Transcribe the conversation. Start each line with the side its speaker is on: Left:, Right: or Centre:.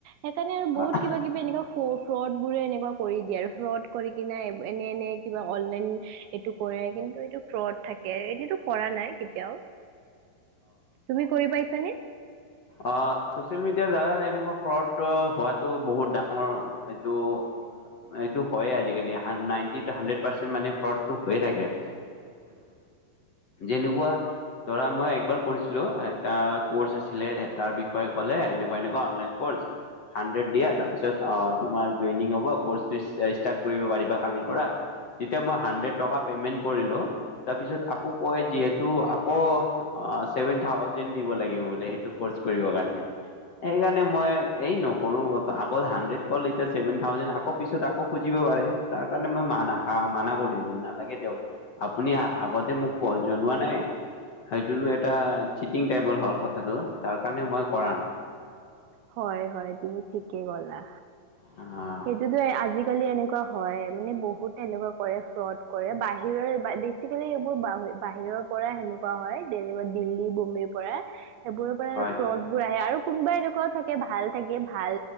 Right: সেইকাৰণে আৰু
Left: অ',
Right: বহুত কিবা কিবি এনেকে ফ্ৰড বোৰে এনেকুৱা কৰি দিয়ে আৰু ফ্ৰড কৰি কিনে এনে এনে কিবা অনলাইন এইটো কৰে কিন্তু এইটো ফ্ৰড থাকে এনেইটো কৰা নাই কেতিয়াওঁ। তুমি কৰি পাইছা নে।
Left: অ' চচিয়েল মিডিয়াৰ দ্বাৰা এনেকুৱা ফ্ৰড হোৱাতো বহুত ডাঙৰ। এইটো এইটো হয়ে আজিকালি নাইনটিত হাড্ৰেড পাৰ্চেন্ট মানে ফ্ৰড টো হৈ থাকে। যেনেকুৱা ধৰা মই এবাৰ কৰিছিলোঁ, এটা কৰ্চ আছিলে তাৰ বিষয়ে কলে এনেকুৱা এনেকুৱা অনলাইন কৰ্চ হাণ্ড্ৰেড দিয়া তাৰপিছত অহ তোমাৰ জইনিং হ'ব। কৰ্চটো ষ্টাৰ্ট কৰিব পাৰিবা কালিৰ পৰা। এতিয়া মই হান্দেড টকা পেমেন্ট কৰিছিলো তাৰপিছত আকৌ কয় যিহেতু আকৌ' অ' ছেভেন থাউজেণ্ড দিব লাগিব বোলে সেইটো কৰ্চ কৰিব কাৰণে সেইকাৰণে মই এই নকৰোঁ আগত হান্দেড কল এতিয়া ছেভেন থাউজেণ্ড আকৌ পিছত, আকৌ খুজিব পাৰে তাৰ কাৰণে মই মানা মানা কৰি দিলোঁ নালাগে দিয়ক আপুনি আগতে মোক ক জনোৱা নাই। সেইটো এটা চিটিং টাইপৰ হ'ল কথাটো তাৰ কাৰণে মই কৰা নাই।
Right: হয় হয় তুমি ঠিকে ক'লা।
Left: অহ
Right: যিটোৱে আজিকালি এনেকুৱা হয় মানে বহুতে এনেকুৱা কৰে ফ্ৰড কৰে বাহিৰৰ <unintelligible> আজিকালি এইবোৰ বাহ বাহিৰৰ পৰা সেনেকুৱা হয় যেনেকুৱা দিল্লী বোম্বেইৰ পৰা সেইবোৰৰ পৰা
Left: হয়
Right: ফ্ৰড বোৰ আহে আৰু কোনোবাই এনেকুৱা থাকে ভাল থাকে ভাল